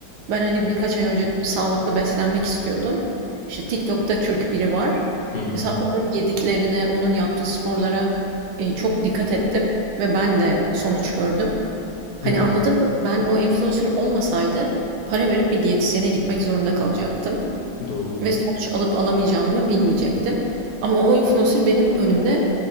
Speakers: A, on the right (about 85°); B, on the left (about 40°).
A: Ben hani birkaç ay önce sağlıklı beslenmek istiyordum. İşte TikTok'ta Türk biri var.
B: Hı hı.
A: Mesela onun yediklerine, onun yaptığı sporlara e, çok dikkat ettim ve ben de sonuç gördüm. Hani
B: Hı hı.
A: anladın mı? Ben o influencer olmasaydı para verip bir diyetisyene gitmek zorunda kalacaktım.
B: Doğru.
A: Ve sonuç alıp alamayacağımı bilmeyecektim. Ama o influencer benim önümde,